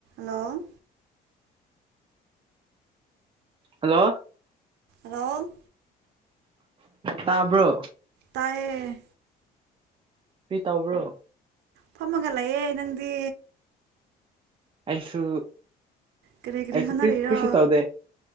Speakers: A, on the right; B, on the right.
A: Hello
B: hello
A: hello
B: ꯇꯥꯕ꯭ꯔꯣ
A: ꯇꯌꯦ
B: ꯀꯔꯤ ꯇꯧꯕ꯭ꯔꯣ
A: ꯐꯝꯃꯒ ꯂꯩꯑꯦ ꯅꯪꯗꯤ
B: ꯑꯩꯁꯨ
A: ꯀꯔꯤ ꯀꯔꯤ
B: ꯑꯩꯁ
A: ꯍꯣꯠꯅꯔꯤꯔꯣ
B: ꯀ꯭ꯔꯤ ꯀ꯭ꯔꯤꯁꯨ ꯇꯥꯎꯗꯦ